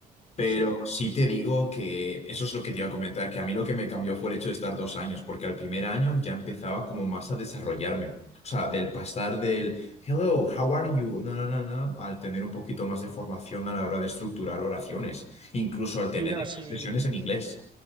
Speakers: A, on the left (about 40°); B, on the right (about 30°).
A: Pero
B: Sí,
A: sí te digo que eso es lo que te iba a comentar, que a mí lo que me cambió fue el hecho de estar dos años, porque al primer año ya empezaba como más a desarrollarme. O sea, del pasar del hello, how are you, no, no, no, no, al tener un poquito más de formación a la hora de estructurar oraciones, incluso al tener
B: sí, no,
A: expresiones
B: sí.
A: en inglés.